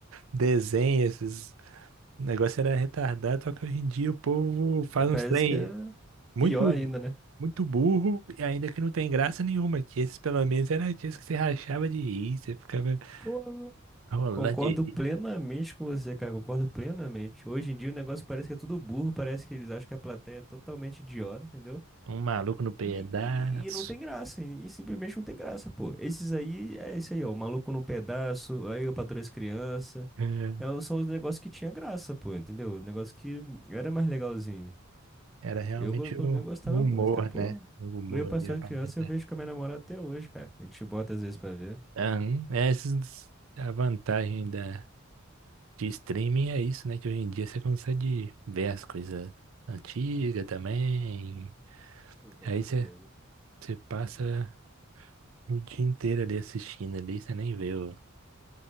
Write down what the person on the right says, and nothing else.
desenhos, esses negócios era retardado, só que hoje em dia o povo faz
uns trem
muito,
muito burro e ainda que não tem graça nenhuma, que esses pelo menos era aqueles que você rachava de rir, você ficava
rolando
de rir,
um maluco no pedaço.
É,
Era realmente
o
o humor,
né? O humor
ali, a parte.
Aham, Essas a vantagem da, de streaming é isso, né? Que hoje em dia você consegue ver as coisas antigas também.
Aí
você, você passa o dia inteiro ali assistindo ali, você nem vê o.